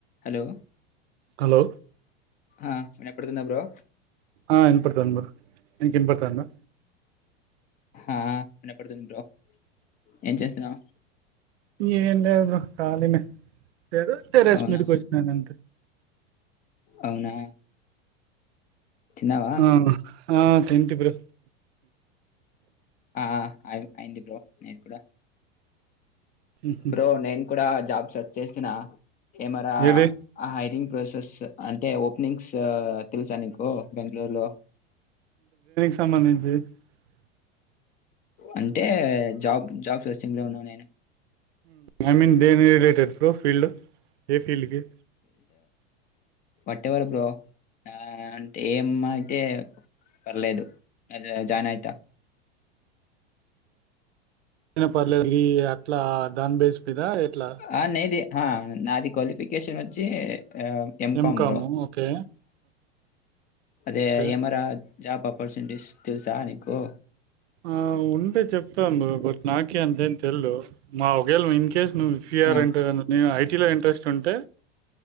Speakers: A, on the left (about 25°); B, on the right (about 75°).
A: Hello
B: hello
A: ఆ వినపడుతుంద bro
B: ఆ ఇన్ పడుతాను బ్రో ఇన్ పడతందా
A: ఆ వినపడుతుంది బ్రో ఏం చేస్తున్నావు
B: ఏం లేదు బ్రో కాలినే లేదు టెర్రస్
A: అవునా
B: మీదికి వచ్చినానంటే
A: అవునా తిన్నావా
B: మ్మ్ ఆ తింటీ బ్రో
A: ఆ అయ్యింది బ్రో మిది కూడా
B: ఉహు
A: బ్రో <unintelligible> కూడా జాబ్ సర్చ్ చేస్తున్నా కెమెరా
B: ఏది
A: హయిరింగ్ ప్రాసెస్ అంటే ఓపెనింగ్స్ తెలుసా నీకు బెంగళూరు లో
B: <unintelligible>
A: అంటే జాబ్ జాబ్ సెర్చింగ్ లో ఉన్నాను నేను
B: I mean <unintelligible> related bro field ఏ ఫీల్డ్కి
A: వాటెవర్ బ్రో ఆ అంటే ఏమ్ అంటే పర్లేదు <unintelligible> జాయిన్ అయిత
B: పర్లే అట్లా దన్ బేస్ మీద ఎట్లా
A: ఆ నైది నాది క్వాలిఫికేషన్ వచ్చి ఏం
B: ఎంకాము
A: కం బో
B: ఓకే
A: అదే
B: ఓకే
A: ఎమరా జాబ్ ఆపర్చునిటీస్ తెలుసా నీకు
B: ఆ ఉంటే చెప్తాం బట్ నాకే అంతే తెల్ మా ఒకేళ్ళ ఇన్ కేస్ నువ్వు <unintelligible>
A: ఆ
B: అంటే నే ఐ టీలో ఇంట్రెస్ట్ ఉంటే